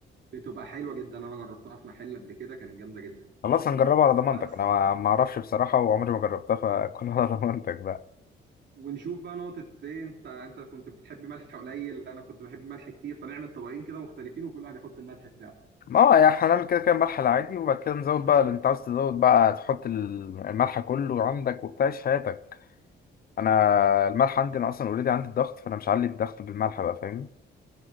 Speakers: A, on the right (about 60°); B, on the left (about 50°).
A: بتبقى حلوه جدا انا جربتها في محل قبل كده كانت جامده جدا
B: خلاص هنجربها على ضمانتك
A: بس
B: انا ما ما اعرفش بصراحه وعمري ما جربتها فكل على ضمانتك بقى
A: ونشوف بقى نقطة ايه انت انت كنت بتحب ملح قليل انا كنت بحب ملح كتير فنعمل طبقين كده مختلفين وكل واحد يحط الملح بتاعه
B: ما هو يعني هنعمل كده كده ملح العادي وبعد كده نزود بقى اللي انت عاوز تزود بقى تحط ال- الملح كله عندك وبتاع إيش حياتك انا الملح عندي انا اصلا اوريدي عندي الضغط فانا مش هعلي الضغط بالملح بقى فاهمني